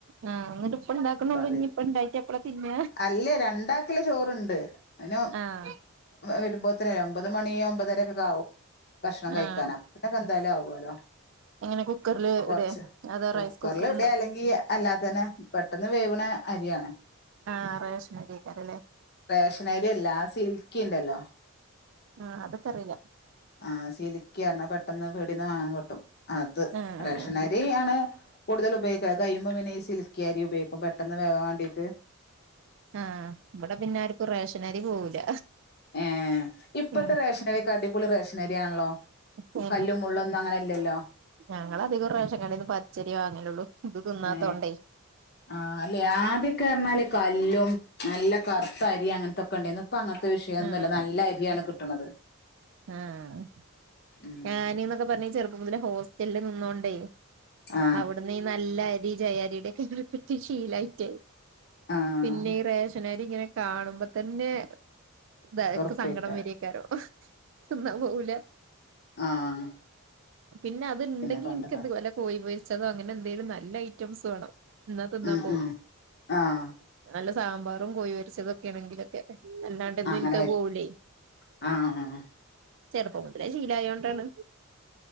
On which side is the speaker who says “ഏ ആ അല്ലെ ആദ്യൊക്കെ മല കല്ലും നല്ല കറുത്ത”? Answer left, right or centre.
Left